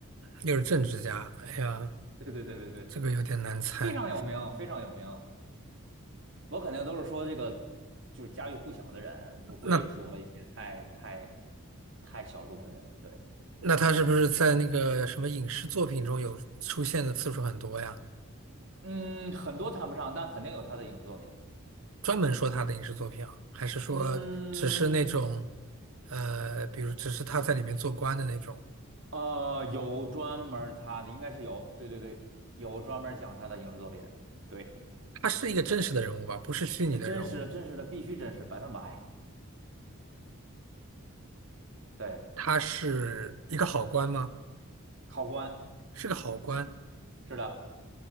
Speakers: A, on the right; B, on the right.
A: 又是政治家，哎呀，
B: <laughs> 对对对对对，
A: 这个有点难猜。
B: 非常有名，非常有名。我肯定都是说这个就是家喻户晓的人，不会说一些太太
A: 那
B: 太小众的人。对，
A: 那他是不是在那个什么影视作品中有出现的次数很多呀？
B: 嗯，很多谈不上，但肯定有他的影视作品。
A: 专门说他的影视作品啊，还是说只是那种，
B: 嗯，
A: 呃，比如只是他在里面做官的那种？
B: 呃，有专门儿他的，应该是有，对对对，有专门儿讲他的影视作品，对，
A: 他是一个真实的人物吧，不是虚拟的人物。
B: 那真实的，真实的，必须真实，百分百，对，
A: 他是一个好官吗？
B: 考官，
A: 是个好官，
B: 是的，